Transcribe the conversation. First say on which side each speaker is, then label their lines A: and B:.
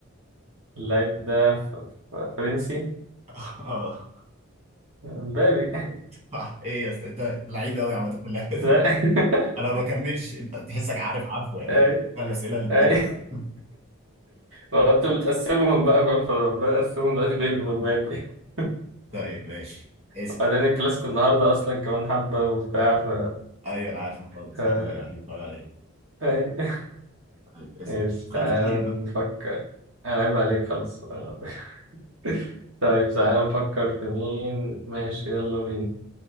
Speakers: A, on the right (about 65°); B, on the right (about 30°).
A: اللعيب ده ف- ف- فرنسي
B: <laughs> اه
A: مبابي
B: صح ايه يا اسطى انت أنت لعيب قوي عامه في اللعبه
A: <laughs> لا <laughs>
B: انا ما بكملش انت تحسك عارف عارفه يعني
A: اي
B: ده الاسئله اللي بتجيب
A: اي
B: <laughs>
A: فانت بتقسمهم بقى فاهم فلما بقسمهم دلوقتي بيجروا من دماغي <laughs>
B: طيب ماشي اسال
A: وبعدين الكلاسيكو النهارده اصلا كمان حبه وبتاع ف
B: ايوه انا عارف الموضوع ده اصحابي
A: ف-
B: رايحين يتفرجوا عليه
A: اي
B: طيب اسال
A: ماشي
B: خليك
A: تعالى
B: حنين بقى
A: نفكر انا عيب عليك خلاص آه. <laughs> طيب تعالى نفكر في مين ماشي يلا بينا